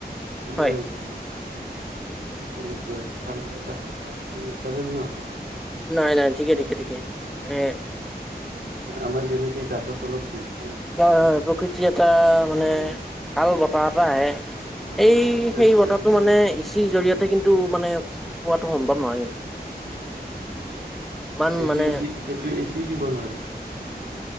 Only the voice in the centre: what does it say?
হয়
নাই নাই ঠিকে ঠিকে ঠিকে এ
হয় হয় প্ৰকৃতি এটা মানে ভাল বতাহ এটা আহে,
এই
সেই বতাহটো মানে ইচিৰ জৰিয়তে কিন্তু মানে, পোৱাতো সম্ভৱ নহয় কিন্তু, ইমান
মানে